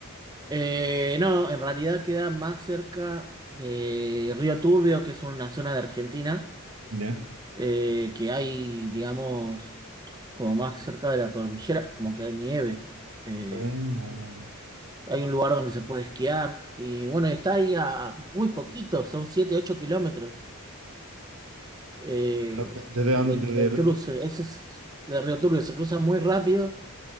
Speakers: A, on the right; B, on the right.
A: Eh, no, en realidad queda más cerca de Río Turbio, que es una zona de Argentina
B: Ya.
A: eh, que hay, digamos, como más cerca de la cordillera, como que hay nieve. Eh,
B: Buena, buena, buena.
A: hay un lugar donde se puede esquiar. Y bueno, está ahí a muy poquito, son 7 8 kilómetros eh,
B: ¿Dónde- ¿Desde
A: del
B: dónde?
A: el cruce. Ese es de Río Turbio, se cruza muy rápido